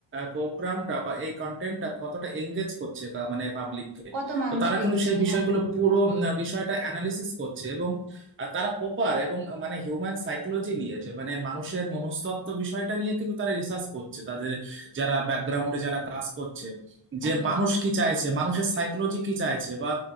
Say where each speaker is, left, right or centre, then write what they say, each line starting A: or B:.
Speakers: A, on the right; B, on the right.
A: প্রোগ্রামটা বা এই কন্টেন্টটা কতটা এঙ্গেজ করছে তা- মানে পাবলিককে
B: কত মানুষ
A: তো তারা
B: দেখছে
A: কিন্তু সেই বিষয়গুলো
B: হ্যাঁ
A: পুরো উম, বিষয়টা অ্যানালিসিস করছে এবং আর তারা প্রপার এবং মানে হিউম্যান সাইকোলজি নিয়ে এসে মানে মানুষের মনস্তত্ত্ব বিষয়টা নিয়ে কিন্তু তারা রিসার্চ করছে তাদের যারা ব্যাকগ্রাউন্ডে যারা কাজ করছে যে
B: একদমই
A: মানুষ কি চাইছে মানুষের সাইকোলজি কি চাইছে বা